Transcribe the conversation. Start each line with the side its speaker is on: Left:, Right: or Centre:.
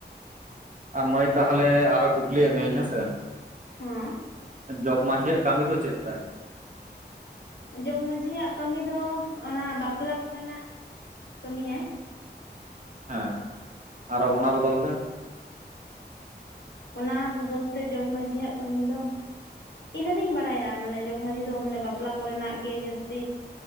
Right: ᱟᱨ ᱢᱟᱹᱭ ᱛᱟᱦᱚᱞᱮ ᱟᱨᱦᱚ ᱠᱩᱠᱞᱤᱭᱮᱫ ᱢᱮᱭᱟᱹᱧ ᱦᱮᱸᱥᱮ
Left: ᱦᱮᱸ
Right: ᱡᱚᱜᱽ ᱢᱟᱺᱡᱷᱤᱭᱟᱜ ᱠᱟᱹᱢᱤ ᱫᱚ ᱪᱮᱫ ᱛᱟᱭ
Left: ᱡᱚᱜᱽ ᱢᱟᱺᱡᱷᱤᱭᱟᱜ ᱠᱟᱹᱢᱤ ᱫᱚ ᱚᱱᱟ ᱵᱟᱯᱞᱟ ᱠᱚᱨᱮᱱᱟᱜ ᱠᱟᱹᱢᱤᱭᱟᱭ
Right: ᱦᱮᱸ ᱟᱨᱚ ᱚᱱᱟ ᱵᱚᱫᱚᱞ ᱛᱮ
Left: ᱚᱱᱟ ᱵᱚᱫᱚᱞ ᱛᱮ ᱡᱚᱜᱽ ᱢᱟᱺᱡᱷᱤᱭᱟᱜ ᱠᱟᱹᱢᱤ ᱫᱚ ᱤᱱᱟᱹᱜᱤᱧ ᱵᱟᱲᱟᱭᱟ ᱢᱟᱱᱮ ᱡᱚᱜᱽ ᱢᱟᱺᱡᱷᱤ ᱫᱚ ᱢᱟᱱᱮ ᱵᱟᱯᱞᱟ ᱠᱚᱨᱮᱱᱟᱜ ᱜᱮ ᱡᱟᱹᱥᱛᱤ